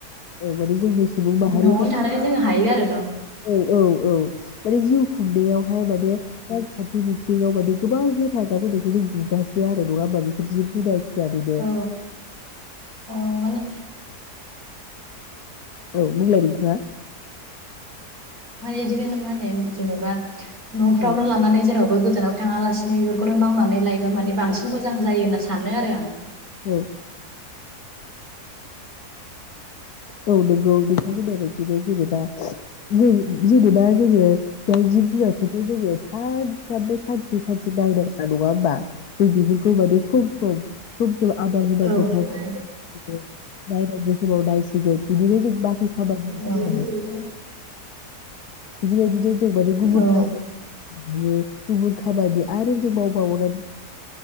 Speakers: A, on the left; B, on the right.
A: औ माने जोंनि सुबुं माहारि
B: न'आवनो थानानै जोङो हायो आरो न'
A: औ औ औ। माने जिउ गुन्दैयावहाय माने बे बिथिङाव माने गोबां हेफाजाब होनायखौ जों नुगासिनो आरो नङा होमबा बेफोर जिब जुनार
B: औ औ माने
A: <unintelligible> औ बुंलाय नोंथाङा।
B: इदिनो <unintelligible> होने जेनेबा न'फ्रावनो
A: औ
B: लानानै जेराव बो गोजानाव थाङा लासिनो बेफोरखौनो मावनानै लायबा माने बांसिन मोजां जायो होनना सानो आरो आं।
A: औ औ नोंगौ नोंथांमोननाय बायदिनो जेनेबा जों जेनेबा जोङो दा जिब जुनारखौथ' जोङो सानफ्रामबो सान्थि सान्थि नायनांगो नङा होमबा जों बेफोरखौ माने सम सम सम आदार होनांगौ
B: औ नंगौ
A: तायेम बिदिनो नायनांगौ समाव नाय <unintelligible> बिदिनो जेनबा जि खामानिखो
B: औ
A: मावबाय बिदिबायदिनो जों बायदि गुबुन
B: औ
A: खा <unintelligible> हायो गुबुन खामानिया आरो जों मावबावनानै